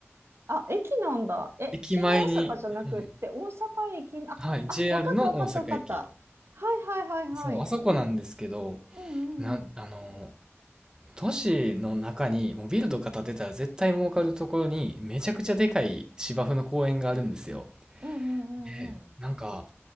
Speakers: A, on the right (about 60°); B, on the right (about 15°).
A: あ、駅なんだ。え、
B: 駅前に、
A: 新大阪じゃなくって、
B: はい、
A: 大阪駅、あ、
B: はい、
A: あ、
B: JR
A: わかったわかったわかった。
B: の大阪駅。
A: はいはいはいはい。
B: そう、あそこなんですけど、
A: うんうんうん。
B: なん、あのー、都市の中にもうビルとか建てたら絶対儲かるところにめちゃくちゃでかい芝生の公園があるんですよ。
A: うん。うんうんうんうん。
B: でなんか、